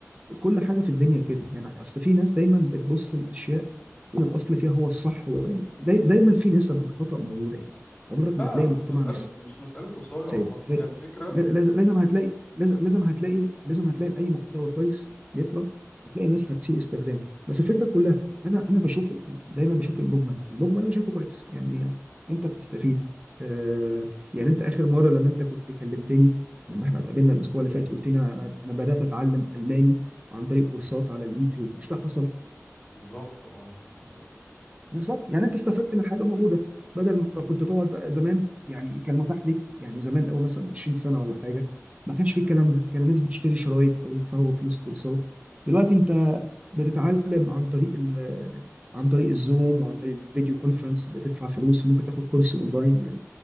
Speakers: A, on the right; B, on the left.
A: كل حاجه في الدنيا كده يعني اصل في ناس دايما بتبص الاشياء وان الاصل فيها هو الصح و- داي- دايما في نسب الخطا موجوده يعني عمرك
B: لا
A: ما هتلاقي
B: مش
A: مجتمع
B: مسألة مش مسألة وصاية والله
A: سالي زي
B: هي الفكرة
A: ل- لاز- لازم هتلاقي لازم لازم هتلاقي لازم هتلاقي اي محتوى كويس بيطلع هتلاقي ناس هتسيء استخدامه بس الفكره كلها انا انا بشوف ال- ال- دايما بشوف المجمل المجمل انا شايفه كويس يعني انت بتستفيد آه يعني انت اخر مره لما انت كنت كلمتني لما احنا اتقابلنا الاسبوع اللي فات قلت لي انا انا بدات اتعلم الماني عن طريق كورسات على اليوتيوب مش ده حصل
B: بالظبط اه بالظبط
A: بالظبط يعني انت استفدت من حاجه موجوده بدل ما كنت تقعد بقى زمان يعني كان متاح ليك يعني زمان قوي مثلا 20 سنه ولا حاجه ما كانش في الكلام ده كان الناس بتشتري شرايط او يدفعوا فلوس كورسات دلوقتي انت بتتعلم عن طريق ال عن طريق الزوم وعن طريق الفيديو كونفرنس بتدفع فلوس وممكن تاخد كورس اونلاين يعني